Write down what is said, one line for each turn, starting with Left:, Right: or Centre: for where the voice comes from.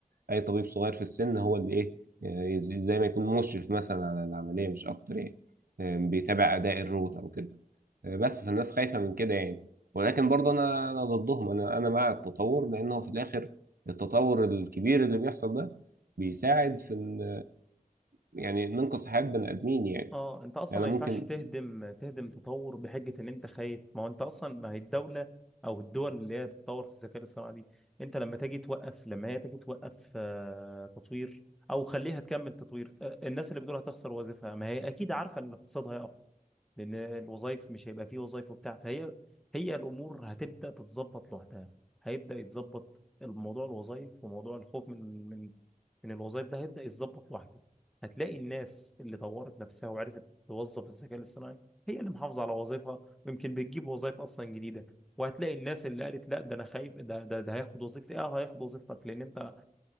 Right: اي طبيب صغير في السن هو اللي ايه زي ما يكون مشرف مثلا على العمليه مش اكتر يعني بيتابع اداء الروبوت او كده بس فالناس خايفة من كده يعني ولكن برضه أنا أنا ضدهم أنا أنا مع التطور لأنه في الآخر التطور الكبير اللي بيحصل ده بيساعد في إن يعني ننقذ حياة بني آدمين يعني
Centre: اه انت اصلا
Right: يعني
Centre: ما
Right: أنا
Centre: ينفعش
Right: ممكن
Centre: تهدم تهدم تطور بحجه ان انت خايف ما هو انت اصلا ما هي الدوله او الدول اللي هي تتطور في الذكاء الاصطناعي دي انت لما تجي توقف لما هي تجي توقف آه، تطوير او خليها تكمل تطوير آه، الناس اللي بتقول هتخسر وظيفها ما هي اكيد عارفه ان الاقتصاد هيقع لان الوظائف مش هيبقى فيه وظائف وبتاع فهي هي الامور هتبدا تتظبط لوحدها هيبدا يتظبط الموضوع الوظائف وموضوع الخوف من من من الوظائف ده هيبدا يتظبط لوحده هتلاقي الناس اللي طورت نفسها وعرفت توظف الذكاء الاصطناعي هي اللي محافظه على وظيفها ويمكن بتجيب وظائف اصلا جديده وهتلاقي الناس اللي قالت لا ده انا خايف ده ده, ده هياخد وظيفتي اه هياخد وظيفتك لان انت